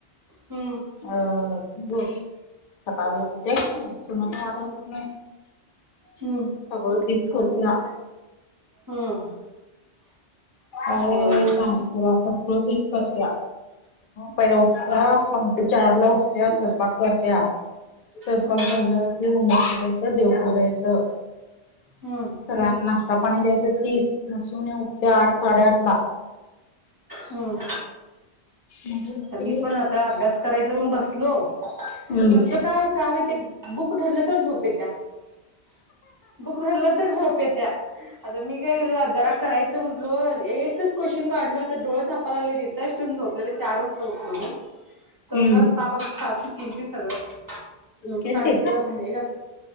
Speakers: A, on the right; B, on the left.
A: हम्म
B: अ क ब चपा ब होते <unintelligible> त म वाट बघत नाही.
A: हम्म
B: सगळं तीच करत्या.
A: हम्म.
B: अ
A: होय
B: सांगु तुला सगळं तेच करत्या. पहिला उठता. पाहते चारला उठत्या. स्वयंपाक करत्या. स्वयंपाक
A: हम्म
B: झालं की जायचं देव पूजायचं.
A: हम्म
B: सगळ्यांना चहा पाणी द्यायचं तीच. मग सूना उठत्या आठ साडेआठ ला.
A: हम्म.
B: मग उठली
A: आता मी पण आता अभ्यास करायचा म्हणून बसलो.
B: हम्म
A: कसं काय काय वते बुक धरल तर झोप येत्या. बुक धरलं तर झोप येत्या. आता मी काय <unintelligible> करायचं म्हटलो. एकच क्वेशन काढलो असं डोळ झाप झोपालागलेली. तिथच ठेऊन झोपलो चार वाजता उठल ग. तो
B: हम्म
A: परत आमची सासू केलती सगळं. लोटू
B: केलती
A: काढायचं. भांडे घ